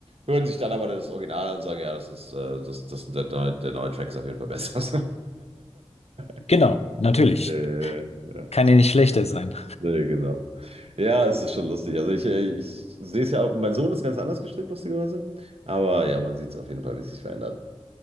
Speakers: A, on the right; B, on the left.
A: Hören sich dann aber das Original an und sagen, ja, das ist, äh, das, das, der, neue, der neue Track ist auf jeden Fall besser. <laughs>
B: Genau, natürlich.
A: äh, ja.
B: Kann ja nicht schlechter sein.
A: Nee, genau. Ja, es ist schon lustig. Also ich, äh, ich sehe es ja, auch- mein Sohn ist ganz anders gestrickt, lustigerweise. Aber ja, man sieht es auf jeden Fall, wie es sich verändert.